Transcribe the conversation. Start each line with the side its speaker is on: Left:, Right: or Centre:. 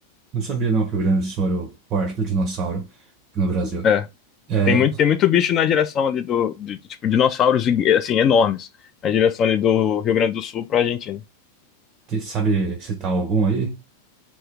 Right: Não sabia, não, que o Rio Grande do Sul era o forte do dinossauro no Brasil.
Left: É.
Right: É,
Left: Tem muito, tem muito bicho na direção ali do, de, de, tipo, dinossauros, assim, enormes, na direção ali do Rio Grande do Sul para a Argentina.
Right: Te- Sabe citar algum aí?